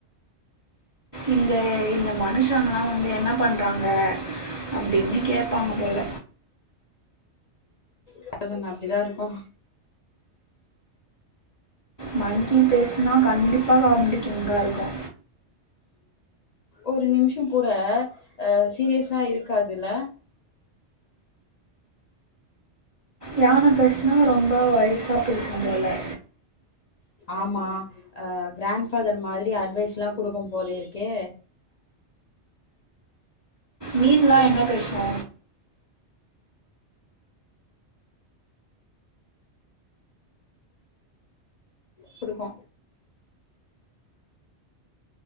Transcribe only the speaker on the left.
கரெக்டா சொன்ன அப்டிதா இருக்கு
ஒரு நிமிஷ கூட அ சீரியஸா இருக்காதுல
ஆமா அ கிராண்ஃபாதர் மாதிரி அட்வைஸ்லா குடுக்கனு போல இருக்கே
குடுக்கு